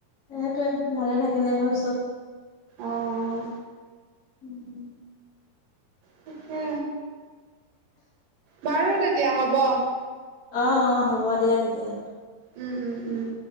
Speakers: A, on the left; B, on the right.
A: এইটোৱে ভালে থাকিলে হ'ল চব।
B: অহঁ।
A: উম <unintelligible>
B: তাকে। বাৰু তেতিয়া হ'ব।
A: আহ অ হ'ব দিয়া তেতিয়া।
B: উম উম উম।